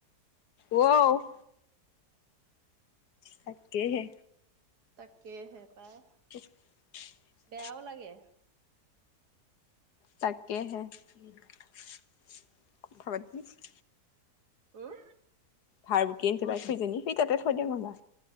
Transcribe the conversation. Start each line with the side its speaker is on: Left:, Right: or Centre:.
Left: ৱউ তাকেহে
Right: তাকে হে পায়
Left: উমচ <unintelligible>
Right: বেয়াও লাগে।
Left: তাকেহে উম <inaudible> ক খাবাদ দিবি <unintelligible>
Right: উম
Left: ভাৰ বুকি আনিছে বেচেৰি জনী সেই তাতে থৈ দিয়ক নহ'বা